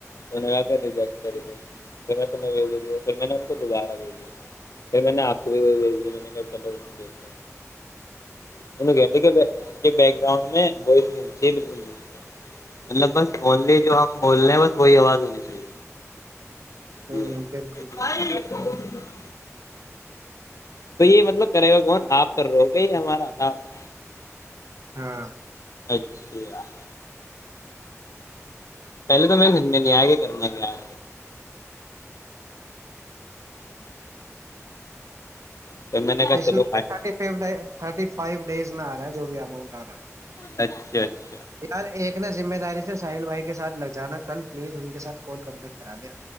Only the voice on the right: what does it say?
ہ
بالکل بالکل
ہاں
اس
میں کیا
تھرٹی ف <unintelligible> تھرٹی فائیو ڈیز میں آ رہا ہے جو بھی اماؤنٹ آ رہا ہے
یار ایک نا ذمہ داری سے سال بھائی کے ساتھ لگ جانا کل پلیز ان کے ساتھ کال کمپلیٹ کرا دیا